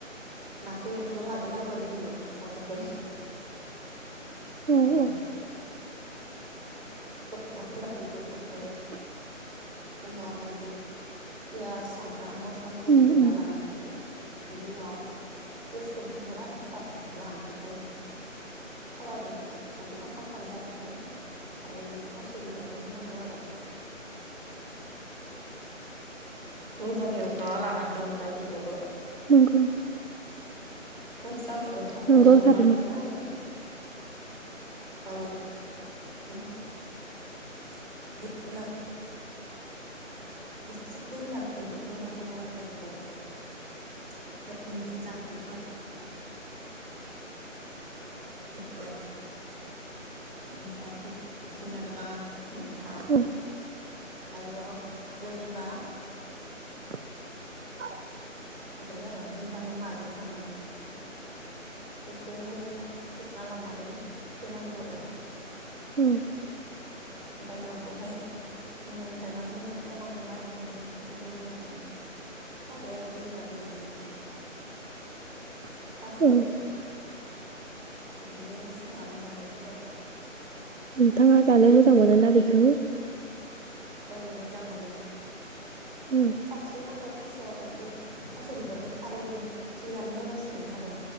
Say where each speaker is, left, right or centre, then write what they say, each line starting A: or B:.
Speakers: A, on the right; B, on the right.
A: नाखौ एवफ्रामना लाग्रोनांगौ आरो गिबियाव बावगारदों।
B: औ
A: ओ <unintelligible>
B: <inaudible>
A: ओमफ्राय उनावहाय पियास सामब्राम मस्ला मस्लि
B: उम
A: देना
B: उम
A: लानांगौ। बिनि उनाव पियासखौ होग्रोबाय <unintelligible> दा ओमफ्राय थावा दुं थाव खामफ्राम जाबाथाय ओमफाय थास' बिबारखौ होनांगौ आरो। मोजाङै एवफ्रामना लानांगौ ओमफ्राय बेखौबो
B: नंगौ।
A: मोजाङै एव
B: नंगौ
A: एवखांबा
B: थारैनो
A: ओमफ्राय औ <unintelligible> <unintelligible> <unintelligible> नालाय ओमफ्राय मिखि जानोबा मैथा
B: औ
A: आरो खुदै एबा
B: <unintelligible>
A: जाजायो आरो जेनबा नों माजों जानो बेखौ मोजाङै सोसना लानानै होनांगौ आरो
B: ओं
A: ओमफ्राय नाखौहाय बायमान मोननो टाइमाव होबाय एसे गोदौ होनानै जाबाय आरो जेनबा बेनो मोखि
B: <unintelligible>
A: थास'
B: औ।
A: ओंख्रि बिदिनो संनानै जानाय जायो आरो
B: नोंथाङा जानो मोजां मोनो ना बेखौ
A: औ मोजां मोनो
B: औ
A: साबसिन आङो थास' औ बे थास'बिबारखौ खारै ओंख्रि जानो मोजांसिन आरो